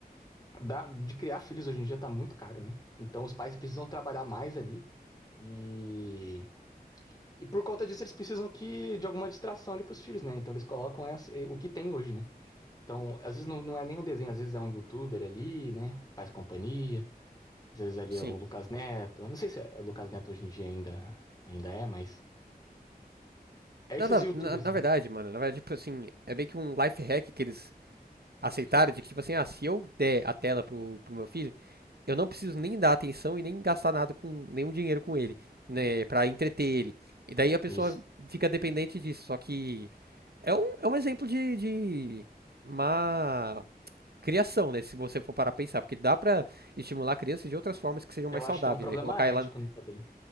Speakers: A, on the left (about 25°); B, on the right (about 80°).
A: da- de criar filhos hoje em dia tá muito caro, né? Então os pais precisam trabalhar mais ali e e por conta disso, eles precisam que de alguma distração ali pros filhos, né? Então eles colocam essa- eh, o que tem hoje, né? Então, às vezes não, não é nem um desenho, às vezes é um youtuber ali, né? Faz companhia. Às vezes ali
B: Sim.
A: é o Lucas Neto. Eu não sei se é o Lucas Neto hoje em dia ainda, ainda é, mas. É
B: Nada,
A: esses youtubers,
B: na, na
A: né?
B: verdade, mano, na verdade, tipo assim, é meio que um life hack que eles aceitaram de que, tipo assim, ah, se eu der a tela pro, pro meu filho, eu não preciso nem dar atenção e nem gastar nada com, nenhum dinheiro com ele, né, pra entreter ele. E daí a pessoa
A: Isso.
B: fica dependente disso, só que é um, é um exemplo de, de má criação, né, se você for parar a pensar, porque dá pra estimular a criança de outras formas que sejam
A: Eu
B: mais
A: acho
B: saudáveis,
A: que é um problema
B: né, colocar
A: ético
B: ela
A: né, também.